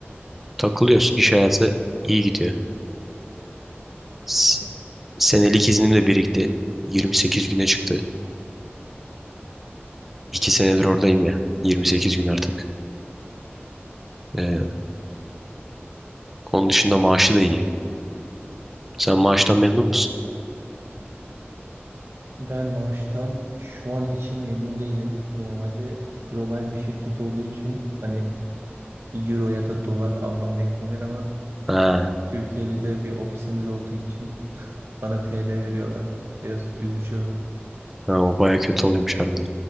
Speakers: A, in the centre; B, on the right (about 70°).
A: Takılıyoruz. İş hayatı iyi gidiyor. S- senelik iznim de birikti. 28 güne çıktı. 2 senedir oradayım ya. 28 gün artık. Ee, onun dışında maaşı da iyi. Sen maaştan memnun musun?
B: Ben maaştan şu an için memnun değilim. Normalde global bir şirket olduğu için hani euro ya da dolar almam beklenir ama
A: Ha,
B: Türkiye'de de bir ofisimiz olduğu için bana TL veriyorlar. Biraz üzücü.
A: ha o baya kötü oluyormuş harbiden.